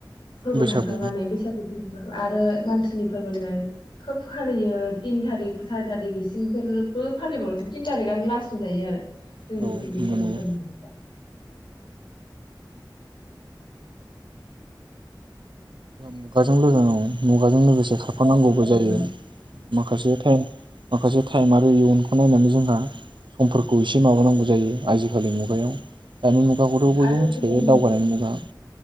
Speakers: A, on the left (about 90°); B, on the right (about 80°).
A: फोरबो
B: बैसागु
A: थांखांनानै बैसागु फोर आरो मानसिनि फोरबोनिफ्राय खोब फालियो तिन थारिख सारि थारिख बिसिंफोरबो फालिबावसै तिन थारिखआनो लास्ट होनजायो आरो । जोंनिफ्राय
B: औ
A: बैसागु
B: नंगौ नंगौ
A: फालिनायखौ
B: मुगाजों औ मुगाजों लोगोसे खारफानांगौबो जायो
A: माने
B: माखासे थाइम माखासे थाइम आरो इयुन बेखौ नायनानै जोंहा समफोरखौ एसे माबानांगौ जायो आजिखालि मुगायाव दानि मुगाखौथ' बयबो
A: आरो
B: मिथिखायो
A: गोदोनि
B: दावगानायनि मुगा